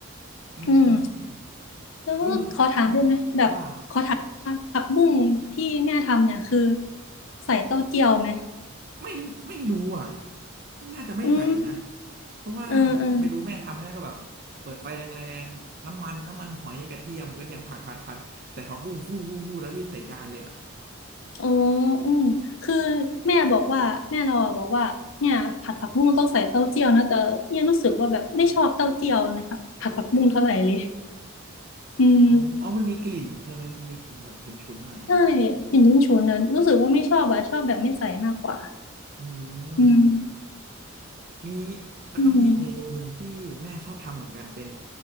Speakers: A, on the right; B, on the left.
A: อืม
B: อืม แล้วขอถามได้ไหมแบบขอถามว่าผักบุ้งที่แม่ทำเนี่ยคือ
A: อุ้ยว่า
B: ใส่เต้าเจี้ยวไหม
A: ไม่ไม่รู้อ่ะน่าจะไม่ใส่นะ
B: อืม
A: เพราะว่า
B: เออเออ
A: ไปดูแม่ทำแม่ก็แบบเปิดไฟแรงๆ น้ำมันน้ำมันหอยกระเทียมกระเทียมผัดผัดผัดใส่ผักบุ้งฟูฟูฟูแล้วรีบใส่จานเลยอ่ะ
B: อ๋ออืมคือแม่บอกว่าแม่เราอะบอกว่าเนี่ยผัดผักบุ้งต้องใส่เต้าเจี้ยวนะแต่เนี่ยรู้สึกว่าแบบไม่ชอบเต้าเจี้ยวในผัดผัดผักบุ้งเท่าไหร่เลยอืม
A: อ๋ออ๋อมันมีกลิ่นใช่ไหมมันจะมีกลิ่นแบบฉุนๆ หน่อย
B: ใช่กลิ่นฉุนๆนั้นรู้สึกว่าไม่ชอบอะชอบแบบไม่ใส่มากกว่า
A: เออ
B: อืม
A: อย่างงี้มี แล้วก็มีอีกเมนูหนึ่งที่แม่ชอบทำเหมือนกันเป็น
B: อืม